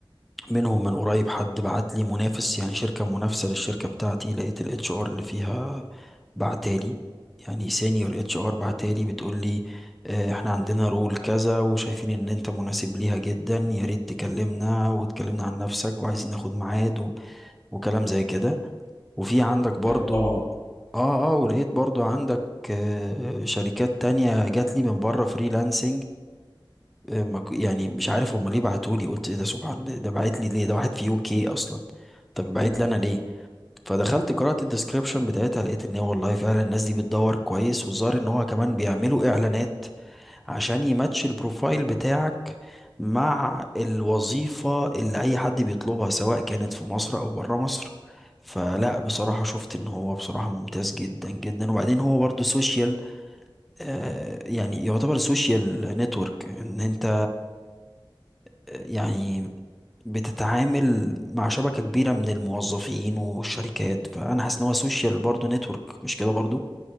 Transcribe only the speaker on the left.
حلو طبعا
مم.